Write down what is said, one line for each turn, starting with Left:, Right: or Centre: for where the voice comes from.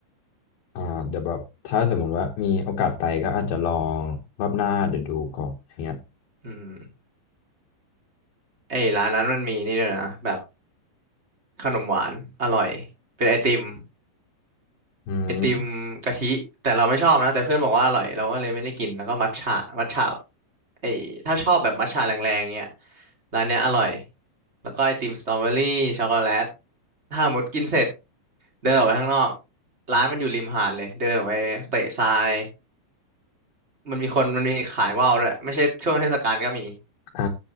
Left: อ่าเดี๋ยวแบบถ้าสมมุติว่ามีโอกาสไปก็อาจจะลองรอบหน้าเดี๋ยวดูก่อนอย่างเงี้ย
Right: อืมไอ้ร้านนั้นมันมีนี่ด้วยนะแบบขนมหวานอร่อยเป็นไอติม
Left: อืม
Right: ไอติมกะทิแต่เราไม่ชอบนะแต่เพื่อนบอกว่าอร่อยเราก็เลยไม่ได้กินแล้วก็มัทฉะมัทฉะไอถ้าชอบแบบมัทฉะแรงๆเงี้ยร้านเนี้ยอร่อยแล้วก็ไอติมสตรอเบอรี่ช็อกโกแลตถ้าหมดกินเสร็จเดินออกไปข้างนอกร้านมันอยู่ริมหาดเลยเดินออกไปเตะทรายมันมีคนมันมีขายว่าวด้วยไม่ใช่ช่วงเทศกาลก็มี
Left: อ่า